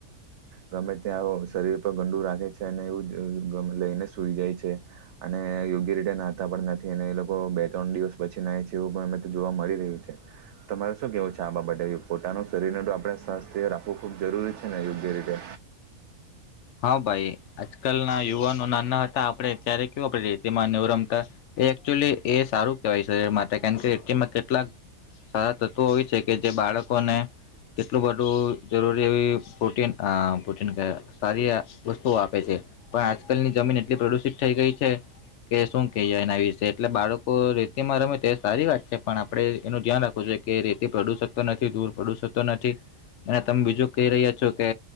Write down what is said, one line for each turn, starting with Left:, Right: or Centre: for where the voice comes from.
Right: ગમે ત્યાં શરીર તો ગંડું રાખે છે અને એવું ગ લઈને સૂઈ જાય છે અને યોગ્ય રીતે નાહાતાં પણ નથી અને એ લોકો બે ત્રણ દિવસ પછી નાય છે એવું પણ અમે જોવા મળી રહ્યું છે તમારે શું કેવું છે આ બાબતે પોતાનું શરીરને આપડે સ્વાસ્થ્ય રાખવું ખૂબ જરૂરી છેને યોગ્ય રીતે?
Left: હા ભાઈ, આજકાલના યુવાનો નાના હતા આપણે ત્યારે કેવું આપરે રેતિમાંને એવું રમતા એકચુલી એ સારું કેવાય શરીર માટે કારણ કે રેતિમાં કેટલાક સારા તત્વો હોય છેકે જે બાળકોને કેટલું બધું જરૂરી એવી પ્રોટીન પ્રોટીન સારી વસ્તુઓ આપે છે પણ આજકલની જમીન એટલી પ્રદુષિત થઈ ગઈ છે કે શું કહીએ એના વિષે એટલે બાળકો રેતીમાં રમે તે સારી વાત છે પણ આપડે એનું ધ્યાન રાખવું જોઈએ કે રેતી પ્રદુષિત તો નથી ધૂળ પ્રદુષિતતો નથી અને તમે બીજું કહી રહ્યા છોકે